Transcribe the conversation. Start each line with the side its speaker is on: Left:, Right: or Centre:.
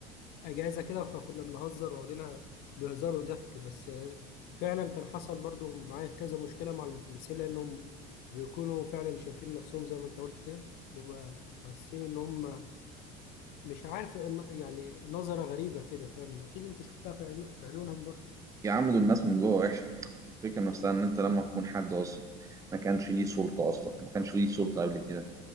Left: اجازه كده فكنا بنهزر واخدينها بهزار وضحك بس آه، فعلا كان حصل برضو معايا كذا مشكله مع المهندسين لانهم بيكونوا فعلا شايفين نفسهم زي ما انت قلت كده بيبقى حاسين ان هم مش عارف إن يعني نظره غريبه كده فاهم اكيد انت شفتها في عيون- في عيونهم برضو
Right: يا عم دول الناس من جوه وحشة الفكرة نفسها إن أنت لما تكون حد أصلا ما كانش ليه سلطة أصلا ما كانش ليه سلطة قبل كده